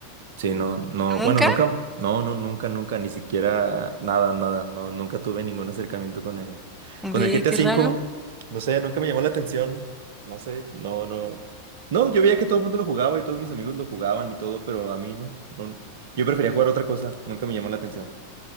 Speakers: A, on the right; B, in the centre.
A: Sí, no, no,
B: nunca.
A: bueno, nunca, no, no, nunca, nunca, ni siquiera nada, nada, no, nunca tuve ningún acercamiento con el,
B: Ve,
A: con el GTA
B: qué
A: cinco,
B: raro.
A: no sé, nunca me llamó la atención, no sé, no, no, no, yo veía que todo el mundo lo jugaba y todos mis amigos lo jugaban y todo, pero a mí no, no, yo prefería jugar otra cosa, nunca me llamó la atención.